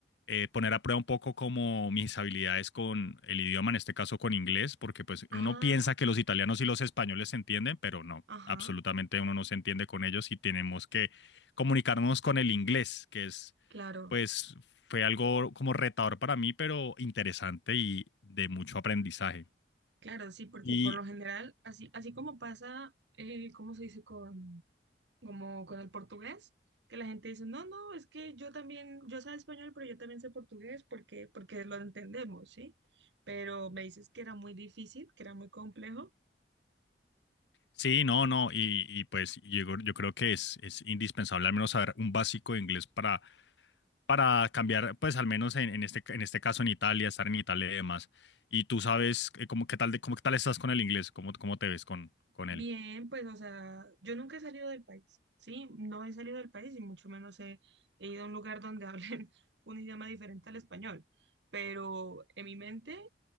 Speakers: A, on the left; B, on the right.
A: eh, poner a prueba un poco como mis habilidades con el idioma, en este caso con inglés, porque pues
B: Ah,
A: uno piensa que los italianos y los españoles se entienden, pero no,
B: ajá,
A: absolutamente uno no se entiende con ellos y tenemos que comunicarnos con el inglés, que es
B: claro,
A: pues fue algo como retador para mí, pero interesante y de mucho aprendizaje.
B: claro, sí, porque
A: Y
B: por lo general, así, así como pasa, eh, ¿cómo se dice con, como con el portugués? Que la gente dice, no, no, es que yo también, yo sé español, pero yo también sé portugués porque, porque lo entendemos, ¿sí? Pero me dices que era muy difícil, que era muy complejo.
A: sí, no, no, y, y pues yo, yo creo que es, es indispensable al menos saber un básico de inglés para para cambiar, pues al menos en, en este, en este caso en Italia, estar en Italia y demás. Y tú sabes eh, cómo, qué tal, de- cómo, qué tal estás con el inglés, cómo, cómo te ves con, con
B: Bien,
A: él.
B: pues, o sea, yo nunca he salido del país, ¿sí? No he salido del país y mucho menos he, he ido a un lugar donde hablen <laughs> un idioma diferente al español. Pero en mi mente,